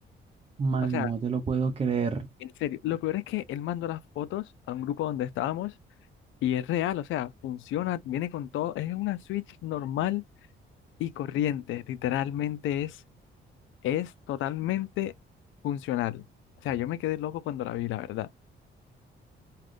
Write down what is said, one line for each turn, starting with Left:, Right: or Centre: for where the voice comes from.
Right: Man,
Left: O sea,
Right: no te lo puedo creer.
Left: en serio, lo peor es que él mandó las fotos a un grupo donde estábamos y es real, o sea, funciona, viene con todo, es una Switch normal y corriente, literalmente es es totalmente funcional. O sea, yo me quedé loco cuando la vi, la verdad.